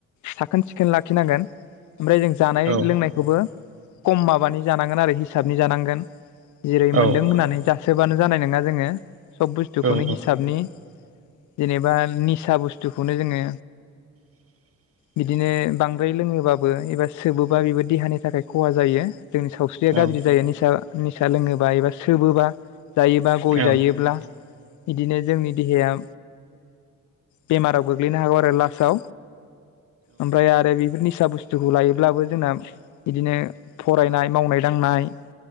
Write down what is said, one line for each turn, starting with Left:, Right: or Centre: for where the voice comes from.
Left: साखोन सिखोन लाखिनांगोन ओमफ्राय जों जानाय
Right: औ
Left: लोंनायखौबो खम माबानि जानांगोन आरो हिसाबनि जानांगोन। जेरै
Right: औ
Left: मोन्दों होननानै जासोबानो जानाय नङा जोङो। सब बुस्थुखौनो
Right: औ
Left: हिसाबनि जेनेबा निसा बुस्थुखौनो जोङो
Right: <inaudible>
Left: बिदिनो बांद्राय लोङोबाबो एबा सोबोबा बेबो देहानि थाखाय खहा जायो। जोंनि सावस्रि देया गाज्रि
Right: औ
Left: जायो निसा निसा लोङोबा एबा सोबोबा जायोबा गय
Right: औ
Left: जायोब्ला इदिनो जोंनि देहाया बेमाराव गोग्लैनो हागौ आरो लास्टआव ओमफ्राय आरो बेफोर निसा बुस्थु जुगुखौ लायोब्लाबो जोंना बिदिनो फरायनाय मावनाय दांनाय।